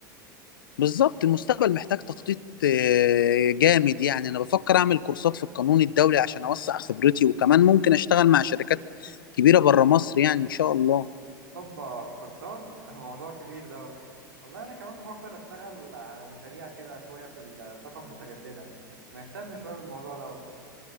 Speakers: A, on the left; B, on the right.
A: بالظبط المستقبل محتاج تخطيط آه، جامد يعني انا بفكر اعمل كورسات في القانون الدولي عشان اوسع خبرتي وكمان ممكن اشتغل مع شركات كبيره بره مصر يعني ان شاء الله
B: هوبا كورسات <laughs> الموضوع كبير دوت والله انا كمان بفكر اشتغل على مشاريع كده شوية في الطاقة المتجددة مهتم شوية بالموضوع دوت